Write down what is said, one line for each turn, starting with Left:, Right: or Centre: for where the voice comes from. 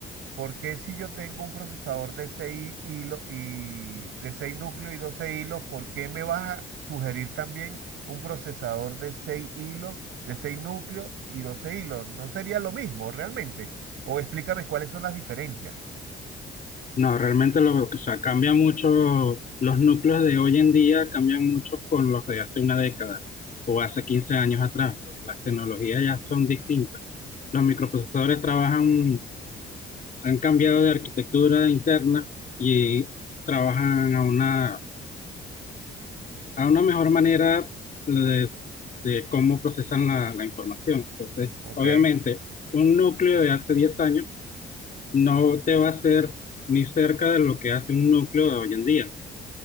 Right: ¿Por qué si yo tengo un procesador de seis hilo- y de 6 núcleos y 12 hilos, ¿por qué me vas a sugerir también un procesador de 6 hilos, de 6 núcleos y 12 hilos? ¿No sería lo mismo realmente? O explícame cuáles son las diferencias.
Left: No, realmente lo, o sea, cambia mucho, los núcleos de hoy en día cambian mucho con los de hace una década o hace 15 años atrás, porque las tecnologías ya son distintas. Los microprocesadores trabajan, han cambiado de arquitectura interna y trabajan a una, a una mejor manera de, de cómo procesan la, la información. Entonces,
Right: Ok.
Left: obviamente, un núcleo de hace 10 años no te va a hacer ni cerca de lo que hace un núcleo de hoy en día.